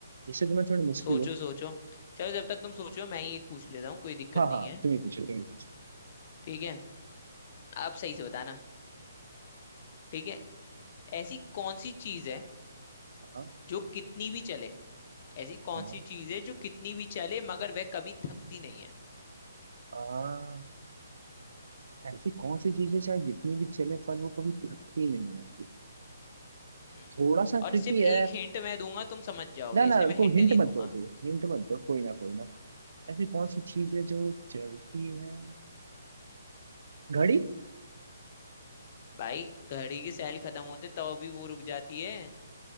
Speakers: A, on the right; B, on the left.
A: जिससे तुम्हें थोड़ी मुश्किल
B: सोचो
A: हो
B: सोचो चलो जब तक तुम सोचो मैं ही एक पूछ लेता हूँ कोई दिक्कत
A: हाँ
B: नहीं
A: हाँ
B: है
A: तुम ही पूछो तुम ही पूछो
B: ठीक है आप सही से बताना ठीक है ऐसी कौन सी चीज है
A: हाँ
B: जो कितनी भी चले ऐसी कौन
A: हाँ
B: सी चीज है जो कितनी भी चले मगर वह कभी थकती नहीं है
A: हाँ ऐसी कौन सी चीज है शायद जितनी भी चले पर वो कभी थकती नहीं है
B: हम्म।
A: थोड़ा सा
B: और
A: ट्रिकी
B: सिर्फ
A: है
B: एक हिंट मैं दूंगा तुम समझ जाओगे
A: ना ना
B: इसलिए
A: रुको
B: मैं हिंट
A: हिंट
B: नहीं
A: मत
B: दूंगा
A: दो अभी हिंट मत दो कोई ना कोई ना ऐसी कौन सी चीज है जो चलती है घड़ी
B: भाई घड़ी की सैल खत्म होते तब भी वो रुक जाती है